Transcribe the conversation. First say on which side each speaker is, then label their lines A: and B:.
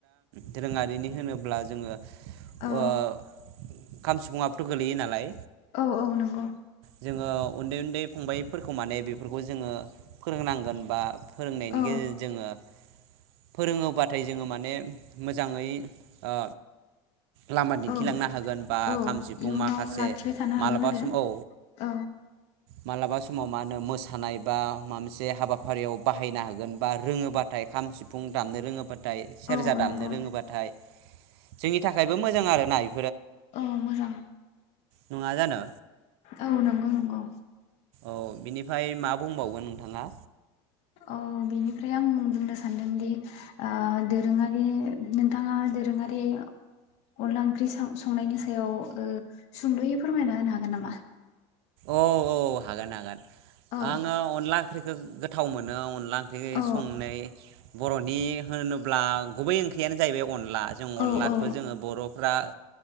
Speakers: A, on the right (about 75°); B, on the left (about 60°).
A: दोरोंङारिनि होनोब्ला जोङो।
B: औ
A: ओ- खाम सिफुङाबोथ' गोलैयो नालाय?
B: औ औ नोंगौ।
A: जोंङो उन्दै उन्दै फंबायफोरखौ माने बेफोरखौ जोङो। फोरोंनांगोन बा। फोरोंनायनि
B: औ
A: गेजेरजों जोङो। फोरोंङोबाथाय जोङो माने मोजाङै ओ। लामा दिन्थिलांनो
B: औ
A: हागोन बा
B: औ
A: खाम सिफुं
B: इयुनाव
A: माखासे
B: लाखिबाय थानो
A: मालाबा
B: हागोन आरो
A: सम औ।
B: औ
A: मालाबा समाव मा होनो मोसानाय बा। मा मोनसे हाबाफारियाव बाहायनो हागोन। बा रोङोबाथाय खाम सिफुं। रामनो रोङोबा थाय सेरजा
B: औ
A: दामनो
B: नंगौ
A: रोङोबाथाय। जोंनि थाखायबो मोजां आरो नाय
B: औ मोजां
A: नङा जानो
B: औ नंगौ नंगौ
A: औ बिनिफ्राय मा बुंबावगोन नोंथाङा?
B: औ बिनिफ्राय आं बुंनो सानदोंदि ओ दोरोङारि नोंथाङा दोरोङारि अनला ओंख्रि संनायनि ओ सायाव सुंद'यै फोरमायना होनो हागोन नामा?
A: औ औ हागोन हागोन।
B: औ
A: आङो अनला ओंखि गोथाव मोनो अनला ओंख्रि
B: औ
A: संनै बर'नि होनोब्ला गुबै ओंख्रियानो जाहैबाय अनला अनला जों
B: औ
A: अनलाखौ
B: औ
A: जोङो बर' फ्रा